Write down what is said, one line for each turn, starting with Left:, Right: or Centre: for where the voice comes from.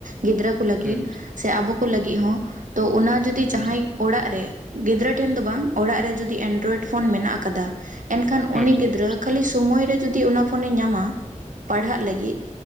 Right: ᱜᱤᱫᱽᱨᱟᱹ ᱠᱚ ᱞᱟᱹᱜᱤᱫ
Centre: ᱦᱩᱸ
Right: ᱥᱮ ᱟᱵᱚ ᱠᱚ ᱞᱟᱹᱜᱤᱫ ᱦᱚᱸ ᱛᱚ ᱚᱱᱟ ᱡᱩᱫᱤ
Centre: ᱦᱩᱸ
Right: ᱡᱟᱦᱟᱸᱭ ᱚᱲᱟᱜ ᱨᱮ ᱜᱤᱫᱽᱨᱟᱹ ᱴᱷᱮᱱ ᱫᱚ ᱵᱟᱝ ᱚᱲᱟᱜ ᱨᱮ ᱡᱩᱫᱤ ᱮᱱᱰᱨᱚᱭᱮᱰ ᱯᱷᱳᱱ ᱢᱮᱱᱟᱜ ᱟᱠᱟᱫᱟ ᱮᱱᱠᱷᱟᱱ
Centre: ᱦᱩᱸ
Right: ᱩᱱᱤ
Centre: ᱦᱩᱸ
Right: ᱜᱤᱫᱽᱨᱟᱹ ᱠᱷᱟᱹᱞᱤ ᱥᱳᱢᱳ ᱨᱮ ᱡᱩᱫᱤ ᱚᱱᱟ ᱯᱷᱳᱱᱮ ᱧᱟᱢᱟ ᱯᱟᱲᱦᱟᱜ ᱞᱟᱹᱜᱤᱫ